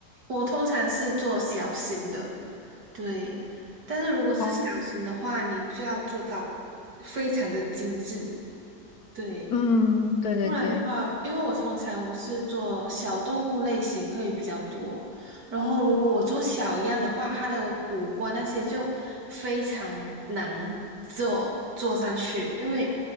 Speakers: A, on the right; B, on the left.
A: 我通常是做小型的，对，但是如果是小型的话，
B: 哦，
A: 你就要做到非常的精致，对。
B: 嗯，对对对。
A: 不然的话，因为我通常我是做小动物类型会比较多，然后如果我做小样的话，它的五官那些就非常难做做上去，因为